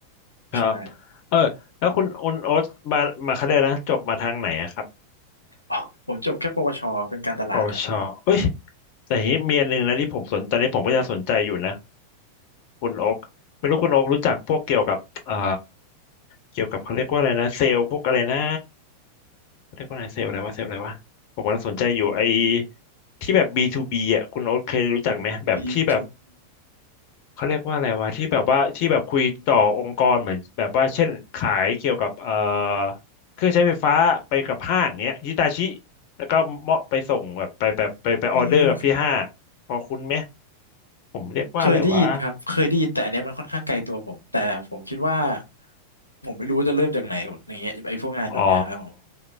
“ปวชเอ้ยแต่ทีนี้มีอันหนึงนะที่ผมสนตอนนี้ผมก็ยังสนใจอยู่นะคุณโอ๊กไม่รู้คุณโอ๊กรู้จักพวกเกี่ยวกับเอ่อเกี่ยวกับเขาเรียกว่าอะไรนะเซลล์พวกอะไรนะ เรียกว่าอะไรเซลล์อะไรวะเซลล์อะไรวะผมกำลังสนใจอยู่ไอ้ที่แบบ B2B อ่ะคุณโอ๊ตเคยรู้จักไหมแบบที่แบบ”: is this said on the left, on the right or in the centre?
Left